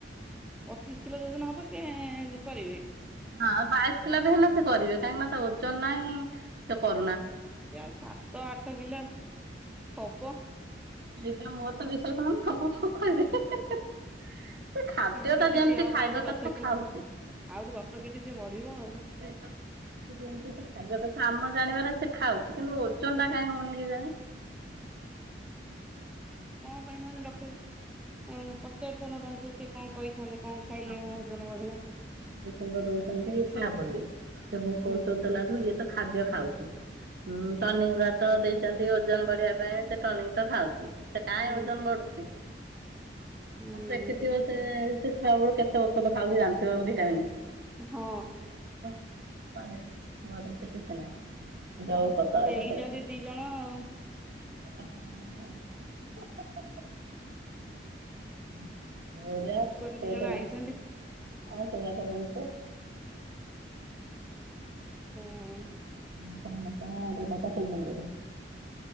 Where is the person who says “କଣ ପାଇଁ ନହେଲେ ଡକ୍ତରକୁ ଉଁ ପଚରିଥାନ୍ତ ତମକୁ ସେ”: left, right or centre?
Centre